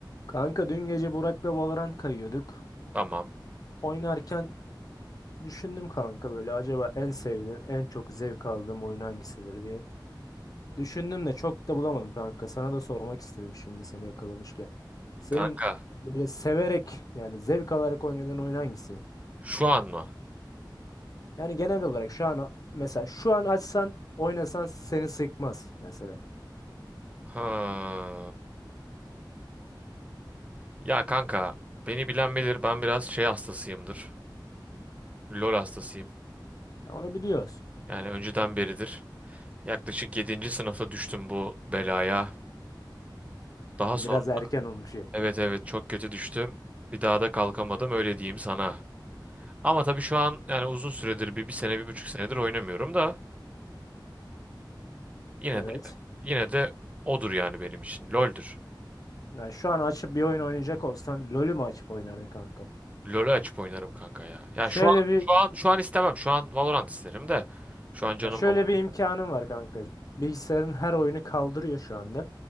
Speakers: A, on the left (about 50°); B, on the right (about 15°).
A: Kanka dün gece Burak'la Valorant kayıyorduk.
B: Tamam.
A: Oynarken düşündüm kanka böyle acaba en sevdiğim, en çok zevk aldığım oyun hangisidir diye. Düşündüm de çok da bulamadım kanka. Sana da sormak istedim şimdi seni yakalamışken. Senin
B: Kanka
A: böyle severek yani zevk alarak oynadığın oyun hangisi?
B: şu an mı?
A: Yani genel olarak şu an mesela şu an açsan oynasan seni sıkmaz mesela.
B: Ha. Ya kanka beni bilen bilir ben biraz şey hastasıyımdır. LOL hastasıyım.
A: Ya onu biliyoruz.
B: Yani önceden beridir. Yaklaşık yedinci sınıfta düştüm bu belaya. Daha
A: Biraz
B: sonra
A: erken olmuş ya.
B: evet evet çok kötü düştüm. Bir daha da kalkamadım öyle diyeyim sana. Ama tabii şu an yani uzun süredir bir, bir sene bir buçuk senedir oynamıyorum da yine
A: Evet.
B: de yine de odur yani benim için LOL'dür.
A: Yani şu an açıp bir oyun oynayacak olsan LoL'ü mü açıp oynardın kanka?
B: LoL'ü açıp oynarım kanka ya. Ya
A: Şöyle
B: şu an
A: bir
B: şu an şu an istemem. Şu an Valorant isterim de. Şu an canım
A: Ya şöyle
B: Valorant.
A: bir imkanım var kanka. Bilgisayarın her oyunu kaldırıyor şu anda.